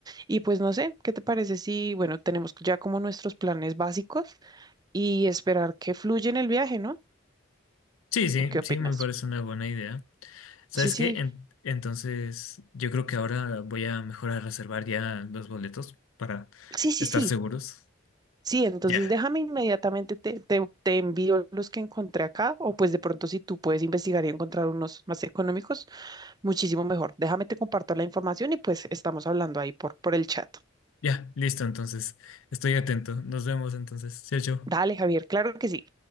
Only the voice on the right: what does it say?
Y pues no sé, ¿qué te parece si, bueno, tenemos ya como nuestros planes básicos y esperar que fluya en el viaje, ¿no?
¿O qué opinas?
Sí, sí,
sí, sí,
sí.
Sí, entonces
déjame inmediatamente, te, te, te envío los que encontré acá, o pues de pronto si tú puedes investigar y encontrar unos más económicos, muchísimo mejor. Déjame te comparto la información y pues estamos hablando ahí por, por el chat.
Dale, Javier, claro que sí.